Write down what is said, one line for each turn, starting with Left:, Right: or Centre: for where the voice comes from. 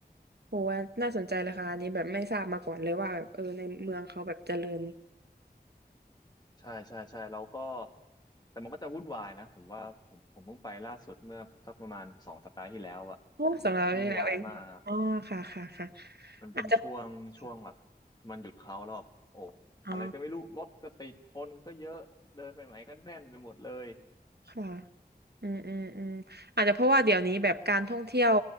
Right: โหว่าน่าสนใจเลยค่ะอันนี้แบบไม่ทราบมาก่อนเลยว่าแบบเออในเมืองเขาแบบเจริญ
Left: ใช่ใช่ใช่แล้วก็แต่มันก็จะวุ่นวายนะผมว่าผมผมเพิ่งไปล่าสุดเมื่อสักประมาณสองสัปดาห์ที่แล้วอะ
Right: โอ้สำหรับเรานี่แหละเองอ๋อค่ะค่ะค่ะ
Left: วุ่นวายมากมันเป็นช่วงช่วงแบบ
Right: อาจจะค่ะ
Left: มันหยุดเขาแล้วแบบโอ้
Right: อ๋อ
Left: อะไรก็ไม่รู้รถก็ติดคนก็เยอะเดินไปไหนก็แน่นไปหมดเลย
Right: ค่ะอืมอืมอืมอาจจะเพราะว่าเดี๋ยวนี้แบบการท่องเที่ยว